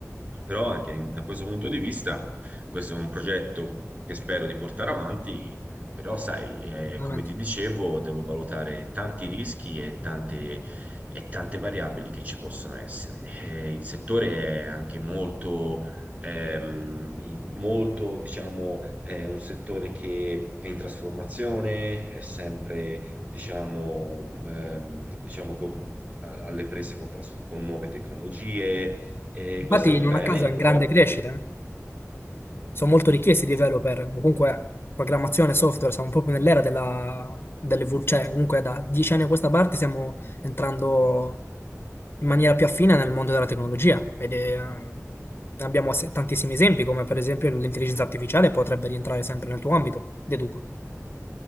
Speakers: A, on the right (about 35°); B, on the left (about 45°).
A: Però anche in- da questo punto di vista, questo è un progetto che spero di portare avanti, però sai, eh,
B: Veramente.
A: come ti dicevo, devo valutare tanti rischi e tante e tante variabili che ci possono essere. Eh, il settore è anche molto, ehm, in- molto, diciamo, è un settore che è in trasformazione, è sempre, diciamo, ehm, diciamo con- a- alle prese con, trasfo- con nuove tecnologie. E
B: Infatti,
A: questo è un
B: non
A: bene,
B: a caso è in
A: però
B: grande
A: al
B: crescita.
A: tempo
B: eh. Sono molto richiesti i developer. Comunque, programmazione, software, siamo proprio nell'era della, dell'evol- Cioè, comunque, da dieci anni a questa parte stiamo entrando in maniera più affine nel mondo della tecnologia. Ed è, ehm, abbiamo se- tantissimi esempi, come per esempio l'intelligenza artificiale potrebbe rientrare sempre nel tuo ambito, deduco.